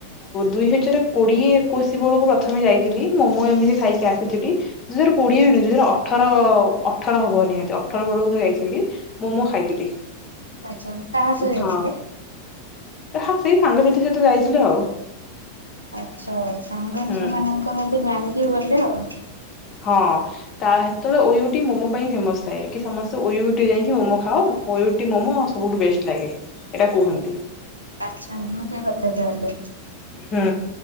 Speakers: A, on the left; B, on the right.
A: ଦୁଇ ହଜାର କୋଡିଏ ଏକୋଇଶି ବେଳକୁ ପ୍ରଥମେ ଯାଇଥିଲି ମୋମୋ ଏମିତି ଖାଇକି ଆସିଥିଲି ଦୁଇ ହଜାର କୋଡିଏ ଦୁଇ ହଜାର ଅଠର ଅଠର ହବ ନିହାତି ଅଠର ବେଳକୁ ମୁଁ ଯାଇଥିଲି ମୋମୋ ଖାଇଥିଲି।
B: ଆଚ୍ଛା କାହା ସହ ଯାଇଥିଲେ?
A: ହଁ ହଁ ସେଇ ସାଙ୍ଗସାଥି ସହ ଯାଇଥିଲୁ ଆଉ।
B: ଆଚ୍ଛା ସାଙ୍ଗସାଥୀମାନଙ୍କ
A: ହୁଁ।
B: ସତ ଜାଣିକି ଗଲେ ଆଉ।
A: ହଁ ତା ସେତେବେଳେ ଓୟୁଇଟି ମୋମୋ ପାଇଁ ଫେମସ ଥାଏ କି ସମସ୍ତେ ଓୟୁଇଟି ଯାଇକି ମୋମୋ ଖାାଅ। ଓୟୁଇଟି ମୋମୋ ସବୁଠୁ ବେଷ୍ଟ ଲାଗେ ଏଇଟା କୁହନ୍ତି।
B: ଆଚ୍ଛା ଏମିତି କଥା ତାହଲେ
A: ହୁଁ